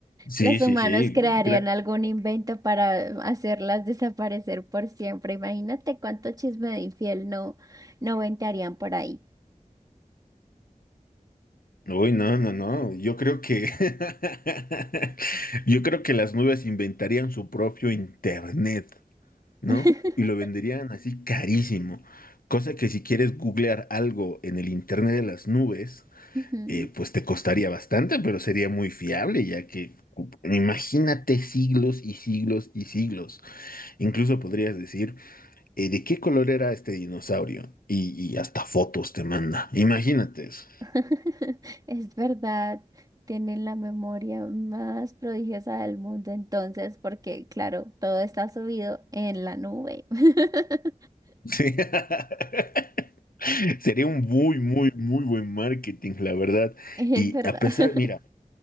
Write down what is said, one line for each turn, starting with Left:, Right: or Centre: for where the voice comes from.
Left: Sí,
Right: Los humanos
Left: sí, sí,
Right: crearían
Left: gra-
Right: algún invento para hacerlas desaparecer por siempre. Imagínate cuánto chisme de infiel no, no ventarían por ahí.
Left: Uy, no, no, no. Yo creo que <laughs> yo creo que las nubes inventarían su propio internet, ¿no?
Right: <laughs>
Left: Y lo venderían así carísimo. Cosa que si quieres googlear algo en el internet de las nubes,
Right: Ujú.
Left: eh, pues te costaría bastante, pero sería muy fiable, ya que cu- imagínate siglos y siglos y siglos. Incluso podrías decir, eh, ¿de qué color era este dinosaurio? Y, y hasta fotos te manda. Imagínate eso. <laughs>
Right: <laughs> Es verdad, tienen la memoria más prodigiosa del mundo entonces, porque claro, todo está subido en la nube. <laughs>
Left: Sí. <laughs> <laughs> Sería un muy, muy, muy buen marketing, la verdad.
Right: Es
Left: Y
Right: verdad.
Left: a pesar,
Right: <laughs>
Left: mira,